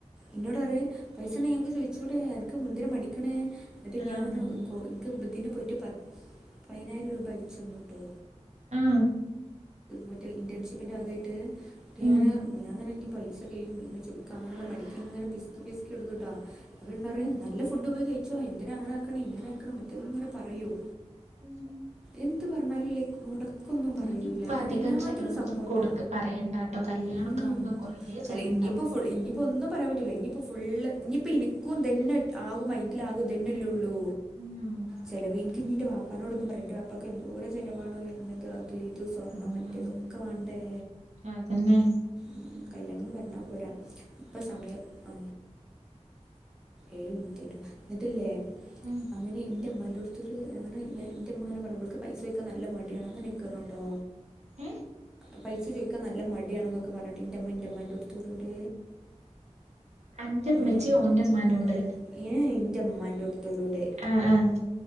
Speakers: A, in the centre; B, on the right.
A: ഇന്നോടറയും പൈസയുണ്ടെങ്കി അനക്ക് ചോദിച്ചൂടെ എനക്ക് മുന്തിര മടിക്കണേ എന്നിട്ട്
B: ആഹ്
A: ഞാന്
B: അതന്നെ
A: കൊ ക്ക് ബുദ്ധീനപോയിട്ട് പ പയിനായിരം രൂപ അയച്ചുതന്നുട്ടോ
B: ആഹ്
A: മറ്റേ ഇന്റേൺഷിപ്പിൻ്റെ വകയായിട്ട് പിന്നെ
B: ഉം
A: അങ്ങനെ ഇനിയി പൈസ കഴിയും ഇങ്ങനെ ചുളിക്കങ്ങനെയൊള്ള മടിക്കിങ്ങനെ പിസ്കി പിസ്കി എടുക്കൂട്ടോ അവരിന്നറയും
B: ഉം
A: നല്ല ഫുഡ് പോയികഴിച്ചോ എന്തിനാ അങ്ങനെയാക്കണെ ഇങ്ങനെയാക്കണെ മറ്റേതിങ്ങനെ പറയും.
B: ഉം
A: എന്തു പറഞ്ഞാലുലില്ലേ മൊടക്ക് ക്കൊന്നും പറയൂല്ല
B: ഇനിയിപ്പ
A: അങ്ങനെ
B: അധികം
A: എല്ലാത്തിനും
B: ചെലവൊന്നും
A: സപ്പോർട്ടാ
B: കൊടുക്ക പറയണ്ടാട്ടോ കല്യാണൊക്കെ
A: ഉം
B: ആവുമ്പോ കൊറേ ചെലവുണ്ടാവും
A: അല്ല ഇനിയിപ്പോ ഫു ഇനി ഇപ്പോ ഒന്നും പറയാൻപറ്റുല്ല ഇനിയിപ്പോഫുള്ള് ഇനിയിപ്പൊ എനിക്കും ഇതന്നെ ആകും മൈൻഡിലാകും ഇത് തന്നെല്ലെയൊള്ളൂ.
B: ഉം
A: ചെലവ് എനിക്കു നിന്റെ വാപ്പാനോടൊന്നും പറെ എൻറെ വാപ്പാക്ക് എന്തോരം ചിലവാണോ വരുന്നത് അത് അത് ഇത് സ്വർണം
B: ഉം
A: മറ്റെതൊക്കെ വേണ്ടേ.
B: അതന്നെ
A: ഉം കല്യാണംന്ന് പറഞ്ഞാ പോരാ. ഇപ്പൊ സമയം ആ ഏഴുമിനിറ്റിട്ടൊ എന്നിട്ടില്ലേ.
B: ഉം
A: അങ്ങനെ എന്റെ ഉമ്മാന്റോട് അതൊരു അങ്ങനെ ഞാൻ എന്റുമ്മാങ്ങനെ പറഞ്ഞു ഇവൾക്ക് പൈസ ചോയ്ക്കാൻ നല്ല മടിയാണ് അങ്ങനെയൊക്കെയറഞ്ഞൂട്ടോ.
B: ഏ
A: പൈസ ചോയിക്കാൻ നല്ല മടിയാണെന്നൊക്കെ പറഞ്ഞിട്ട് ൻ്റെമ്മ ൻറ്റമ്മാൻ്റെടുത്തൊരോടെ.
B: അന്റെമ്മച്ചി
A: ഏ
B: ഓന്റെമ്മാനോട്
A: ഏ എന്റെ അമ്മാന്റടുത്ത്. ത്തൊരൊടെ
B: ആഹ് ആഹ്